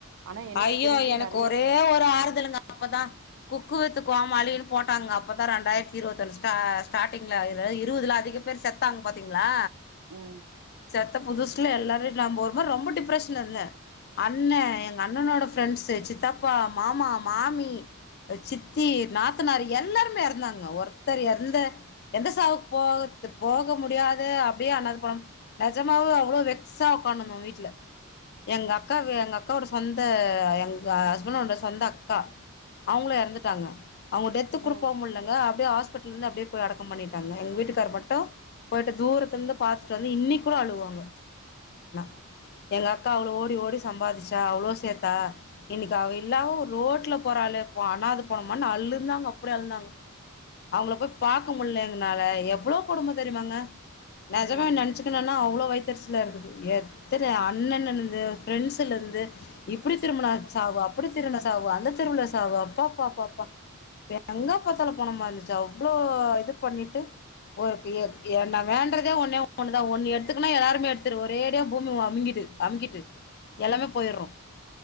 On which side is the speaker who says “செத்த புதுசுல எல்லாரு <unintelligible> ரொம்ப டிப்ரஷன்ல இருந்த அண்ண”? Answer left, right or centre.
Left